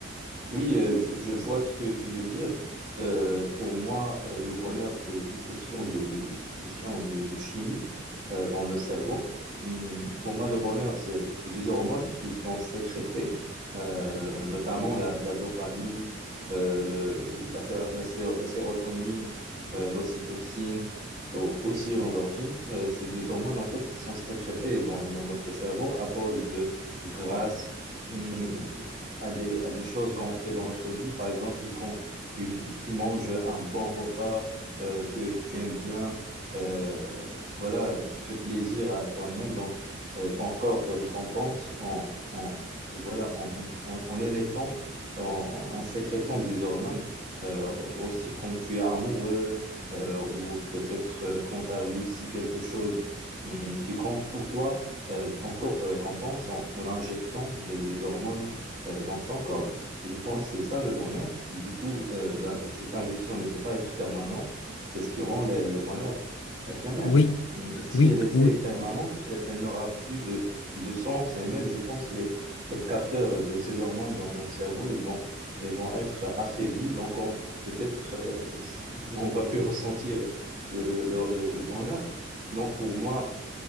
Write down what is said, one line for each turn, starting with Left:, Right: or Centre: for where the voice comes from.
Right: Oui, euh, je, je vois ce que tu veux dire. Euh, pour moi, euh, le bonheur, c'est une question de, de- une question de, de chimie euh, dans le cerveau. Hum, pour moi, le bonheur, c'est, c'est des hormones qui sont sécrétées, euh, notamment la, la dopamine, euh, le- la, sé- la sé- la sérotonine, euh, l'ocytocine, au- aussi l'endorphine. Euh, c'est des hormones, en fait, qui sont sécrétées dans, dans notre cerveau à cause de grâce. Hmm, à des, à des choses qu'on fait dans notre vie. Par exemple, quand tu, tu manges un bon repas euh, que tu aimes bien, euh, voilà, tu fais plaisir à toi-même. Donc, euh, ton corps te récompense en, en- voilà, en, en, en émettant, en, en sécrétant des hormones. Euh, aussi, quand tu es amoureux euh, ou peut-être euh, quand tu as réussi quelque chose hum, qui compte pour toi euh, ton corps te récompense en, en injectant des, des hormones euh, dans ton corps. Je pense que c'est ça le bonheur. Du coup, euh, la- cette injection ne peut pas être permanente. C'est ce qui rend le, le bonheur éphémère.
Left: Oui,
Right: Mm, Si
Left: oui,
Right: elle était
Left: oui.
Right: permanente, elle, elle n'aura plus de, de sens. Et même, je pense, les, les capteurs de ces hormones dans nos cerveaux, ils vont, ils vont être affaiblis. Donc, on, peut-être, euh, on va plus ressentir le, le, le, le le bonheur. Donc, pour moi,